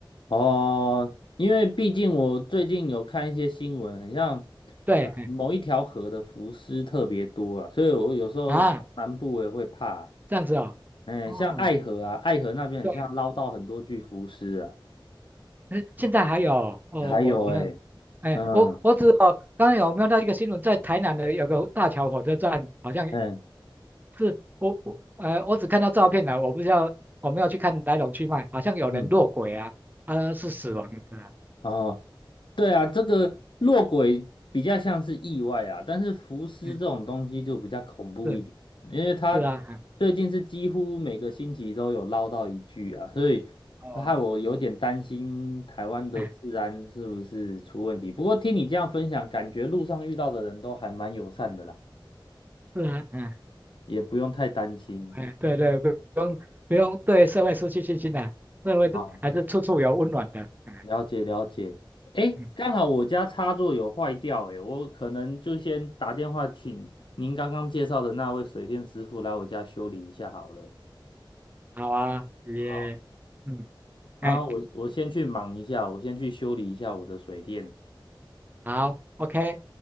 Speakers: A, on the left; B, on the right.
A: 哦，因为毕竟我最近有看一些新闻，很像
B: <laughs> 对嗯
A: 呃某一条河的浮尸特别多啊，所以我有时候南部我也会怕。
B: 啊，这样子哦，
A: 哎，
B: 哦，
A: 像爱河啊，爱河那边很像捞到很多具浮尸啊，
B: 对，嗯现在还有哦，
A: 还有哎，
B: 我没有，哎，
A: 嗯，
B: 我我只哦，刚才有没有到一个新闻，在台南的有个大桥火车站，好像
A: 哎，
B: 是我我呃，我只看到照片了，我不知道我没有去看来龙去脉，好像有人落轨啊，
A: 嗯，
B: 啊、是死亡的，
A: 哦，对啊，这个落轨比较像是意外啊，但是浮尸这种东西就比较恐怖一点，
B: 嗯，是
A: 因为他
B: 是啊，嗯
A: 最近是几乎每个星期都有捞到一具啊，所以害我有点担心台湾的治安是不是出问题。
B: 哦，哎
A: 不过听你这样分享，感觉路上遇到的人都还蛮友善的啦，
B: 是啊，嗯。
A: 也不用太担心
B: 哎，对对，不用不用对社会失去信心啊，社会都还是处处有温暖的。
A: 啊。
B: 哎
A: 了解了解，诶，
B: 嗯，
A: 刚好我家插座有坏掉，诶，我可能就先打电话请您刚刚介绍的那位水电师傅来我家修理一下好了。
B: 好啊，也，
A: 好，
B: 嗯，
A: 然后我我先去忙一下，
B: 哎，
A: 我先去修理一下我的水电。
B: 好，OK。